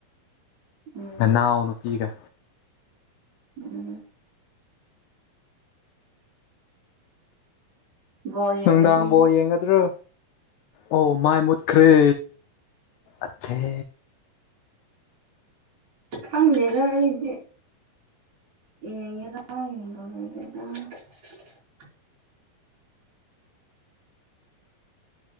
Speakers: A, on the right; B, on the left.
A: ꯎꯝ
B: ꯅꯅꯥꯎ ꯅꯨꯄꯤꯒ
A: ꯎꯝ ꯕꯣꯜ ꯌꯦꯡꯕꯗꯤ
B: ꯅꯨꯡꯗꯥꯡ ꯕꯣꯜ ꯌꯦꯡꯒꯗ꯭ꯔꯣ ꯑꯣ ꯃꯥꯏ ꯃꯨꯠꯈ꯭ꯔꯦ ꯑꯊꯦ
A: ꯈꯪꯗꯦꯗ ꯑꯩꯗꯤ inaudible